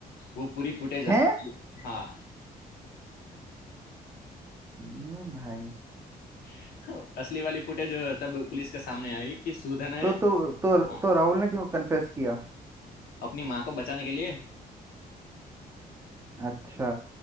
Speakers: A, on the left (about 75°); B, on the right (about 15°).
A: वो पूरी फुटेज असल
B: हैं
A: हाँ
B: ये भाई
A: <laughs> हाँ, असली वाली फुटेज तब पुलिस के सामने आई कि सुधा ने
B: तो तो तो
A: हाँ,
B: तो राहुल ने क्यों कन्फेस किया
A: अपनी माँ को बचाने के लिए
B: अच्छा